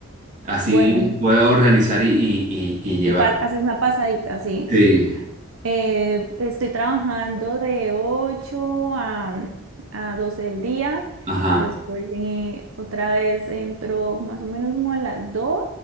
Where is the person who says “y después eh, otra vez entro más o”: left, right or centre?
Right